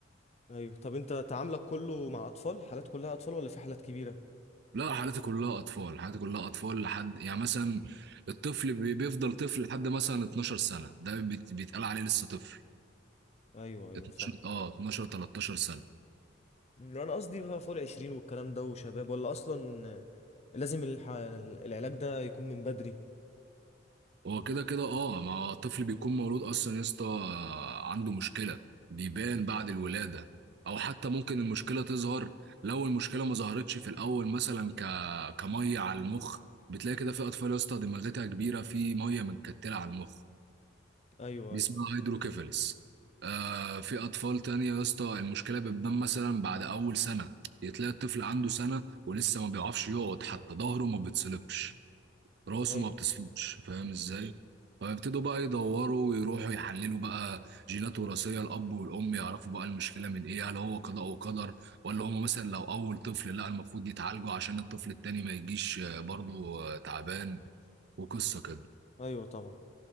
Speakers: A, on the left (about 35°); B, on the right (about 55°).
A: ايوه طب انت تعاملك كله مع اطفال حالات كلها اطفال ولا في حالات كبيرة
B: لا حالتي كلها اطفال حالتي كلها اطفال لحد يعني مثلا الطفل بي- بيفضل طفل لحد مثلا 12 سنه ده بيت- بيتقال عليه لسه طفل
A: ايوه ايوه
B: 12
A: فاهم
B: اه 12 13 سنه
A: مم، انا قصدي بقى فوق العشرين والكلام ده وشباب ولا اصلا لازم الح... العلاج ده يكون من بدري
B: هو كده كده اه ما الطفل بيكون مولود اصلا يا اسطى آه، عنده مشكله بيبان
A: مم.
B: بعد الولاده او حتى ممكن المشكله تظهر لو المشكله ما ظهرتش في الاول مثلا ك كميه على المخ بتلاقي كده في اطفال يا اسطى دماغتها كبيره في ميه متكتله على المخ
A: ايوه
B: دي
A: ايوه
B: اسمها هيدروكيفالس آه في اطفال تانية يا اسطى المشكله بتبان مثلا بعد اول سنه تلاقي الطفل عنده سنه ولسه ما بيعرفش يقعد حتى ظهره ما بيتصلبش راسه
A: ايوه
B: ما بتصفيش فاهم ازاي فيبتدوا بقى يدوروا ويروحوا يحللوا بقى جينات وراثيه الاب والام يعرفوا بقى المشكله من ايه هل هو قضاء وقدر ولا هم مثلا لو اول طفل لا المفروض يتعالجوا عشان الطفل التاني ما يجيش آه، برضه آه، تعبان وقصه كده
A: ايوه طبعا